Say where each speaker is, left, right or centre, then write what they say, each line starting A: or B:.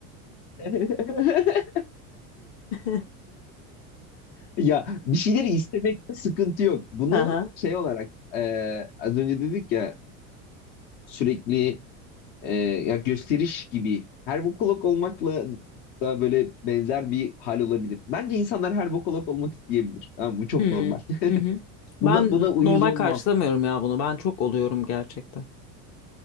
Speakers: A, on the left (about 65°); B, on the left (about 40°).
A: <laughs>
B: <laughs>
A: Ya bir şeyleri istemekte sıkıntı yok. Bunu
B: Aha.
A: şey olarak e, az önce dedik ya sürekli e, ya gösteriş gibi her bokolog olmakla da böyle benzer bir hal olabilir. Bence insanlar her bokolog olmak isteyebilir. Tamam, bu çok
B: Hmm.
A: normal.
B: Hı
A: <laughs>
B: hı. Ben
A: Buna buna uyuz
B: normal
A: olmam.
B: karşılamıyorum ya bunu. Ben çok oluyorum gerçekten.